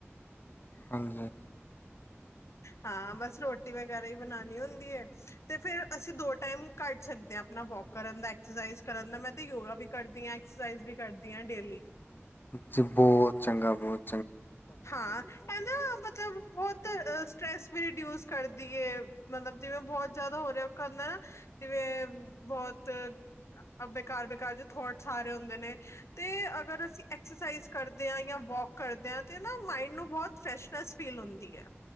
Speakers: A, on the left (about 45°); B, on the left (about 75°).
A: ਹਾਂਜੀ।
B: ਹਾਂ ਬਸ ਰੋਟੀ ਵ ਵਗਰਾ ਹੁੰਦੀ ਐ ਤੇ ਫੇਰ ਅਸੀਂ ਦੋ ਟਾਈਮ ਕਰ ਸਕਦੇ ਆ ਆਪਣਾ ਵੋਕ ਕਰਨ ਦਾ ਐਕਸਰਸਾਈਜ਼ ਕਰਨ ਦਾ ਮੈਂ ਤੇ ਯੋਗਾ ਵੀ ਕਰਦੀ ਆ, ਐਕਸਰਸਾਈਜ਼ ਵੀ ਕਰਦੀ ਆ ਡੇਲੀ।
A: ਜੀ ਬੋਤ ਚੰਗਾ ਬੋਤ
B: ਹਾਂ, ਇਹ ਨਾ ਮਤਲਬ ਬੁਹਤ ਸਟਰ੍ਰੈਸ ਵੀ ਰਿਡਿਊਸ ਕਰਦੀ ਐਂ, ਮਤਲਬ ਜਿਵੇਂ ਬਹੁਤ ਜਿਆਦਾ ਔ ਰਿਹਾ ਕਰਨਾ ਜਿਵੇਂ ਬਹੁਤ ਬੇਕਾਰ-ਬੇਕਾਰ ਦੇ ਥੋਟਸ ਆ ਰਹੇ ਹੁੰਦੇ ਨੇ ਤੇ ਅਗਰ ਅਸੀਂ ਐਕਸਰਸਾਈਜ਼ ਕਰਦੇ ਆ ਜਾਂ ਵੋਕ ਕਰਦਿਆਂ ਤੇ ਮਾਇੰਡ ਨੂੰ ਬਹੁਤ ਫਰੈਸ਼ ਫਰੈਸ ਫੀਲ ਹੁੰਦੀ ਐ